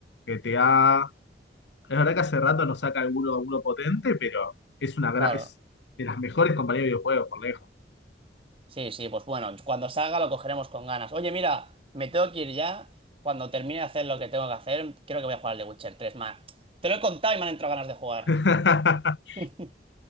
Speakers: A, on the left; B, on the right.
A: GTA. Es verdad que hace rato no saca alguno, alguno potente, pero es una gra-
B: claro.
A: es de las mejores compañías de videojuegos, por lejos.
B: Sí, sí, pues bueno, cuando salga lo cogeremos con ganas. Oye, mira, me tengo que ir ya. Cuando termine de hacer lo que tengo que hacer, creo que voy a jugar al The Witcher tres. Ma, te lo he contado y me han entrado ganas de jugar.
A: <laughs>
B: <laughs>